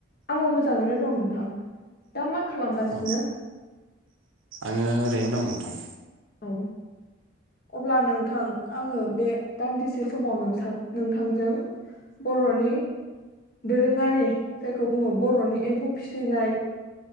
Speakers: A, on the left; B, on the right.
A: आंबो मोजाङैनो दं नोंथां दा मा खालामगासिनो
B: अ आङो ओरैनो दं‌ नोंथां
A: औ अब्ला नोंथां आङो बे दान्दिसे समाव नोंथां नोंथांजों बर'नि दोरोङारि जायखौ बुङो बर'नि एम्फौ फिसिनाय